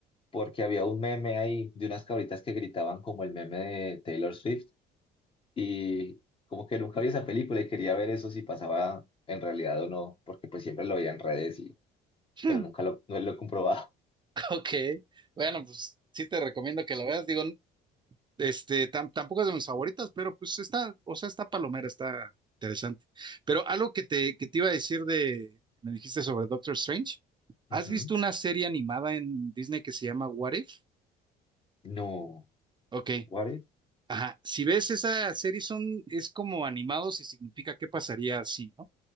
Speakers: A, on the left (about 30°); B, on the right (about 25°).
A: porque había un meme ahí de unas cabritas que gritaban como el meme de Taylor Swift y como que nunca vi esa película y quería ver eso si pasaba en realidad o no, porque pues siempre lo veía en redes
B: <laughs>
A: pero
B: Hmm,
A: nunca lo, no lo he comprobado.
B: Ok, bueno, pues sí te recomiendo que lo veas. Digo, este, tam- tampoco es de mis favoritas, pero pues está, o sea, está palomera, está interesante. Pero algo que te, que te iba a decir de, me dijiste sobre Doctor Strange, ¿has
A: Ujú.
B: visto una serie animada en Disney que se llama What If?
A: No,
B: Ok,
A: what if?
B: Ajá, si ves esa serie son, es como animados y significa qué pasaría así, ¿no?